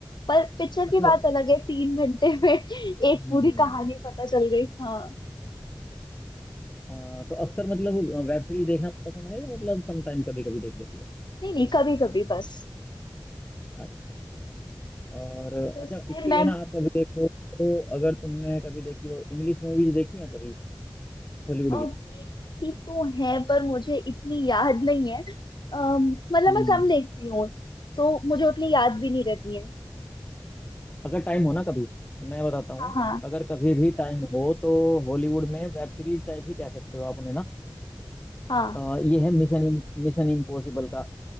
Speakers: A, on the left (about 70°); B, on the left (about 20°).
A: पर पिक्चर
B: अच्छा
A: की बात अलग है तीन घंटे में <laughs>
B: हम्म
A: एक पूरी कहानी पता चल गई हाँ
B: आ, तो अक्सर मतलब वेब सीरीज देखना पसंद है या मतलब सम टाइम कभी कभी देख लेती हो
A: नहीं नहीं कभी कभी बस
B: अच्छा अच्छा और
A: जैसे
B: अच्छा इसके
A: मैं
B: लिए ना आप कभी देखो तो अगर तुमने कभी देखी हो इंग्लिश मूवीज देखी हैं कभी हॉलीवुड
A: अ,
B: की
A: देखी तो है पर मुझे इतनी याद नहीं है अम, मतलब
B: हम्म
A: मैं कम देखती हूँ तो मुझे उतनी याद भी नहीं रहती है
B: अगर टाइम हो ना कभी मैं बताता हूँ
A: हाँ हाँ
B: अगर कभी भी टाइम हो तो हॉलीवुड में वेब सीरीज टाइप ही कह सकते हो आप उन्हें ना
A: हाँ
B: अ, ये है मिशन मिशन इम्पॉसिबल का